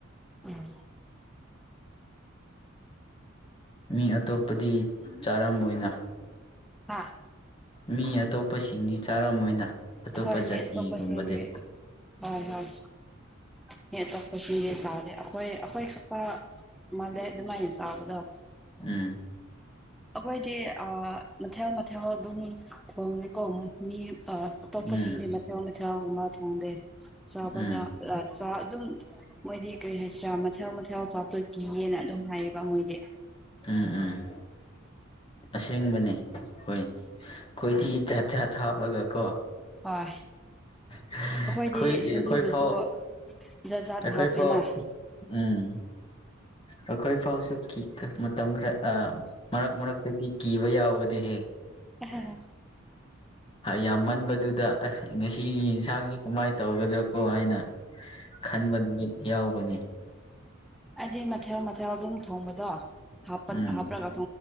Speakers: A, in the centre; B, on the left.
A: ꯎꯝ
B: ꯃꯤ ꯑꯇꯣꯞꯄꯗꯤ ꯆꯥꯔꯝꯃꯣꯏꯅ
A: ꯍꯥꯥ
B: ꯃꯤ ꯑꯇꯣꯞꯄꯁꯤꯡꯗꯤ ꯆꯥꯔꯝꯑꯣꯏꯅ ꯑꯇꯣꯞꯄ
A: ꯍꯣꯏ
B: ꯖꯥꯇꯤꯒꯨꯝꯕꯗꯤ
A: ꯃꯤ ꯑꯇꯣꯞꯄꯁꯤꯡꯒꯤ ꯍꯣꯏ ꯍꯣꯏ ꯃꯤ ꯑꯇꯣꯞꯄ ꯁꯤꯡꯗꯤ ꯑꯩꯈꯣꯏ ꯑꯩꯈꯣꯏ ꯈꯛꯛꯇ ꯃꯥꯜꯂꯦ ꯑꯗꯨꯃꯥꯏꯅ ꯆꯥꯕꯗꯣ
B: ꯎꯝ
A: ꯑꯩꯈꯣꯏꯗꯤ ꯑꯥ ꯃꯊꯦꯜ ꯃꯊꯦꯜ ꯑꯗꯨꯝ ꯊꯣꯡꯉꯦꯀꯣ ꯃꯤ ꯑꯥ ꯑꯇꯣꯞꯄꯁꯤꯡꯗꯤ
B: ꯎꯝ
A: ꯃꯊꯦꯜ ꯃꯊꯦꯜꯒꯨꯕ ꯊꯣꯡꯗꯦ ꯆꯥꯕꯗ
B: ꯎꯝ
A: ꯆꯥ ꯑꯗꯨꯝ ꯃꯣꯏꯗꯤ ꯀꯔꯤ ꯍꯥꯏꯁꯤꯔꯥ ꯃꯊꯦꯜ ꯃꯊꯦꯜ ꯆꯥꯕꯗꯣ ꯀꯤꯌꯦꯅ ꯑꯗꯨꯝ ꯍꯥꯏꯌꯦꯕ ꯃꯣꯏꯗꯤ
B: ꯎꯝ ꯎꯝ ꯑꯁꯦꯡꯕꯅꯦ ꯍꯣꯏ ꯈꯣꯏꯊꯤ ꯖꯥꯠ ꯖꯥꯠ ꯍꯥꯞꯔꯒ ꯀꯣ
A: ꯍꯣꯏ
B: <inaudible>
A: ꯑꯩꯈꯣꯏꯗꯤ
B: ꯈꯣꯏ
A: ꯁꯤꯡꯖꯨꯗꯁꯨ
B: ꯑꯩꯈꯣꯏ ꯐꯥꯎ
A: ꯖꯥꯠ ꯖꯥꯠ
B: ꯑꯩꯈꯣꯏ
A: ꯍꯥꯞꯄꯦꯅ
B: ꯐꯥꯎ ꯎꯝ ꯑꯩꯈꯣꯏ ꯐꯥꯎꯁꯨ ꯀꯤꯀꯣ ꯃꯇꯝ ꯈꯔ ꯃꯔꯛ ꯃꯔꯛꯇꯗꯤ ꯀꯤꯕ ꯌꯥꯎꯕꯅꯦꯍꯦ
A: <inaudible>
B: ꯌꯥꯝ ꯃꯟꯕꯗꯨꯗ ꯉꯁꯤ ꯌꯦꯟꯁꯥꯡꯁꯦ ꯀꯃꯥꯏ ꯇꯧꯒꯗ꯭ꯔꯥꯀꯣ ꯍꯥꯏꯅ ꯈꯟꯕ ꯅꯨꯃꯤꯠ ꯌꯥꯎꯕꯅꯦ
A: ꯑꯩꯗꯤ ꯃꯊꯦꯜ ꯃꯊꯦꯜ ꯑꯗꯨꯝ ꯊꯣꯡꯕꯗꯣ ꯍꯥꯞꯄ
B: ꯎꯝ
A: ꯍꯥꯞꯔꯒ